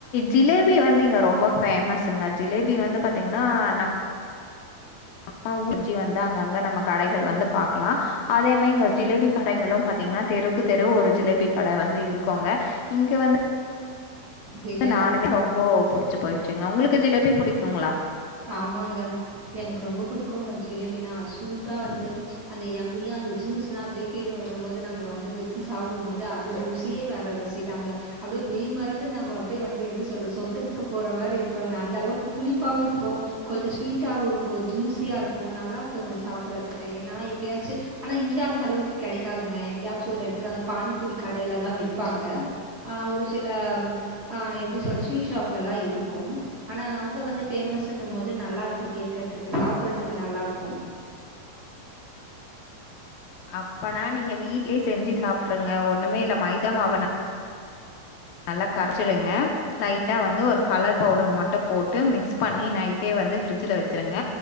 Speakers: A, on the left; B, on the right.
A: ஜிலேபி வந்து இங்க ரொம்ப ஃபேமஸ்ங்க ஜிலேபி வந்து பாத்தீங்கன்னா ந ம்ம ஊர்ஜி வந்தா அங்கங்க நம்ம கடைகள் வந்து பாக்கலா அதே மாரி இங்க ஜிலேபி கடைகளு பாத்தீங்கன்னா தெருவுக்கு தெருவு ஒரு ஜிலேபி கட வந்து இருக்குங்க இங்க வந்
B: ஜிலேபி
A: து நானுமே ரொம்ப புடிச்சி போயிச்சுங்க உங்களுக்கு ஜிலேபி புடிக்குங்களா
B: ஆமாங்க எனக்கு ரொம்ப புடிக்கும்ங்க ஜிலேபினா சூடா வந்து அந்த எம்மியா அந்த ஜூஸ்ல்லா அப்டியோ கீழ விழும் போது நம்ப வந்து வச்சு சாப்பிடும் போது அது ருசியே வேற ரு சி தாங்க அப்டியே மெய் மறந்து நம்ம அப்டியே வந்து எப்டி சொல்றது சொர்க்கத்துக்கு போற மாரி இருக்காங்க அந்த அளவுக்கு புளிப்பாவு இரு க்கு கொஞ்ச ஸ்வீட்டாவு இருக்கு ஜூஸியா இருக்கு நல்லாருக்குங்க சாப்புட்றதுக்கு ஏன்னா எப்பயாச்சு ஆனா இங்க அந்த அளவுக்கு கெடைக்காதுங்க எங்கேயாச்சு ஒரு எடத்துல பானிபூரி கடைல தா விப்பாங்க ஆ ஒரு சில ஆ எப்டி சொல்ல ஸ்வீட் ஷாப்புலலா இருக்கும் ஆனா அங்க வந்து ஃபேமஸ்ன்னு போது நல்லா இருக்கு கேக்குறதுக்கு சாப்புட்றதுக்கு நல்லாருக்கு
A: அப்பனா நீங்க வீட்லயே செஞ்சு சாப்ட்டுருங்க ஒண்ணுமே இல்ல மைதாமாவ நல் நல்லா கரைச்சிடுங்க லைட்டா வந்து ஒரு கலர் பவுடர் மட்டு போட்டு மிக்ஸ் பண்ணி நைட்டே வந்து ஃப்ரிஜ்ல வச்சிருங்க